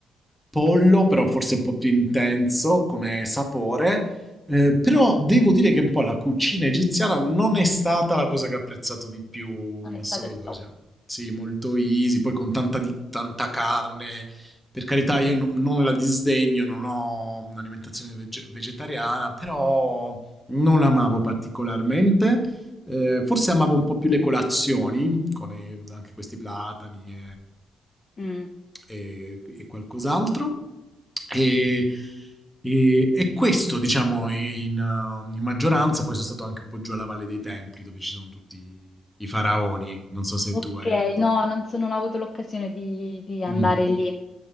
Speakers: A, in the centre; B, on the left.
A: pollo, però forse un po' più intenso come sapore. Eh, però devo dire che un po' la cucina egiziana non è stata la cosa che ho apprezzato di più
B: Non
A: in
B: è
A: assoluto.
B: stato il top.
A: Cioè, sì, molto easy, poi con tanta, di- tanta carne, per carità, io n- non la disdegno, non ho un'alimentazione veg- vegetariana, però non amavo particolarmente. Eh, forse amavo un po' più le colazioni, con eh, anche questi platani e,
B: Mm.
A: e- e qualcos'altro. E, e, e questo, diciamo, in, uh, in maggioranza, poi sono stato anche un po' giù alla Valle dei Templi, dove ci sono tutti i faraoni. Non so se
B: Ok,
A: tu hai avuto...
B: no, non, so- non ho avuto l'occasione di, di andare
A: Mm.
B: lì.